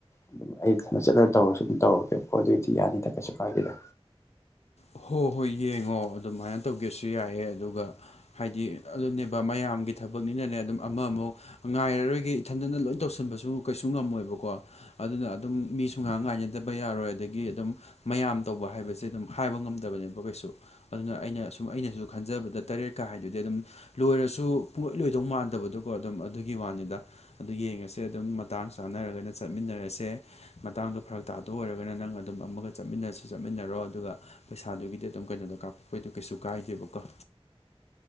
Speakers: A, on the left (about 25°); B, on the left (about 85°).
A: ꯑꯗꯨꯝ ꯑꯩ ꯆꯠꯂ ꯇꯧꯔ ꯁꯨꯝ ꯇꯧꯔꯒꯦꯕꯣ ꯑꯗꯨꯑꯣꯏꯗꯤ ꯌꯥꯅꯤꯗ ꯀꯩꯁꯨ ꯀꯥꯏꯒꯦꯗ
B: ꯍꯣꯏ ꯍꯣꯏ ꯌꯦꯡꯉꯣ ꯑꯗꯨꯃꯥꯏꯅ ꯇꯧꯒꯦꯁꯨ ꯌꯥꯏꯑꯦ ꯑꯗꯨꯒ ꯍꯥꯏꯗꯤ ꯑꯗꯨꯅꯦꯕ ꯃꯌꯥꯝꯒꯤ ꯊꯕꯛꯅꯤꯅꯅꯦ ꯑꯗꯨꯝ ꯑꯃ ꯑꯃꯛ ꯉꯥꯏꯔꯔꯣꯏꯒꯦ ꯏꯊꯟꯗꯅ ꯂꯣꯏ ꯇꯧꯁꯟꯕꯁꯨ ꯀꯩꯁꯨ ꯉꯝꯃꯣꯏꯕꯀꯣ ꯑꯗꯨꯅ ꯑꯗꯨꯝ ꯃꯤꯁꯨ ꯉꯥꯏꯍꯥꯛ ꯉꯥꯏꯅꯗꯕ ꯌꯥꯔꯣꯏ ꯑꯗꯒꯤ ꯑꯗꯨꯝ ꯃꯌꯥꯝ ꯇꯧꯕ ꯍꯥꯏꯕꯁꯦ ꯑꯗꯨꯝ ꯍꯥꯏꯕ ꯉꯝꯗꯕꯅꯦꯕ ꯀꯩꯁꯨ ꯑꯗꯨꯅ ꯑꯩꯅ ꯁꯨꯝ ꯑꯩꯅꯁꯨ ꯈꯟꯖꯕꯗ ꯇꯔꯦꯠꯀ ꯍꯥꯏꯗꯨꯗꯤ ꯑꯗꯨꯝ ꯂꯣꯏꯔꯁꯨ ꯄꯨꯣꯏ ꯂꯣꯏꯗꯧ ꯃꯥꯟꯗꯦ ꯐꯠꯇꯕꯗꯣꯀꯣ ꯑꯗꯨꯝ ꯑꯗꯨꯒꯤ ꯋꯥꯅꯤꯗ ꯑꯗꯨ ꯌꯦꯡꯉꯁꯦ ꯑꯗꯨꯝ ꯃꯇꯥꯡ ꯆꯥꯅꯔꯒꯅ ꯆꯠꯃꯤꯟꯅꯔꯁꯦ ꯃꯇꯥꯡꯗꯣ ꯐꯔꯛ ꯇꯥꯗ ꯑꯣꯏꯔꯒꯅ ꯅꯪ ꯑꯗꯨꯝ ꯑꯃꯒ ꯆꯠꯃꯤꯟꯅꯔꯁꯨ ꯆꯠꯃꯤꯟꯅꯔꯣ ꯑꯗꯨꯒ ꯄꯩꯁꯥꯗꯨꯒꯤꯗꯤ ꯑꯗꯨꯝ ꯀꯩꯅꯣꯗꯣ ꯀꯥꯞꯄꯣꯛꯄꯩꯗꯣ ꯀꯩꯁꯨ ꯀꯥꯏꯗꯦꯕꯀꯣ